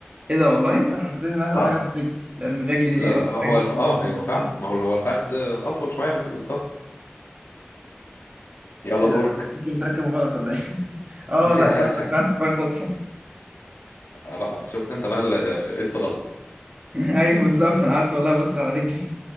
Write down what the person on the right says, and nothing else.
ايه ده والله انا حسيت انها هتبقى
حاجه في الرجل لان الرجل دي
اطول
حاجه
في
الجسم
<laughs>
ايه
ده شكلي متركب غلط ولا ايه <laughs> اه
لا صدق فعلا الفخذ اطول
<laughs> ايوه بالظبط انا قعدت والله بص على رجلي